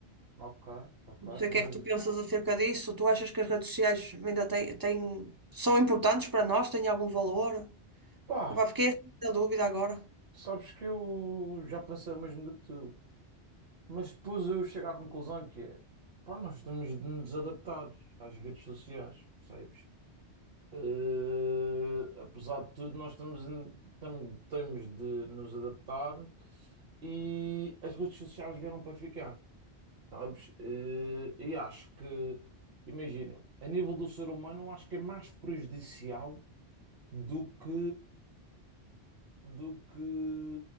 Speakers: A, on the right; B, on the right.
A: ok, ok,
B: Não sei
A: mas
B: o que é que tu pensas acerca disso. Tu achas que as redes sociais ainda têm, têm- são importantes para nós? Têm algum valor?
A: pá,
B: Opá, fiquei assim na dúvida agora.
A: sabes que eu já pensei o mesmo do que tu. Mas depois eu chego à conclusão que é, pá, nós temos de nos adaptar às redes sociais, percebes? Eh, apesar de tudo, nós temos, temos, temos de nos adaptar e as redes sociais vieram para ficar, sabes? Eh, e acho que, imagina, a nível do ser humano, eu acho que é mais prejudicial do que, do que,